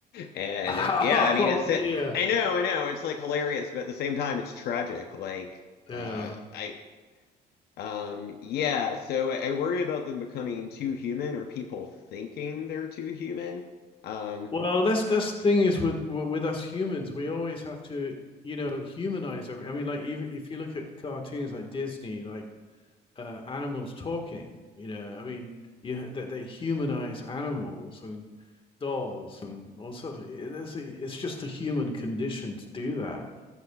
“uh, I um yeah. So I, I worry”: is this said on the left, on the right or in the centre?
Left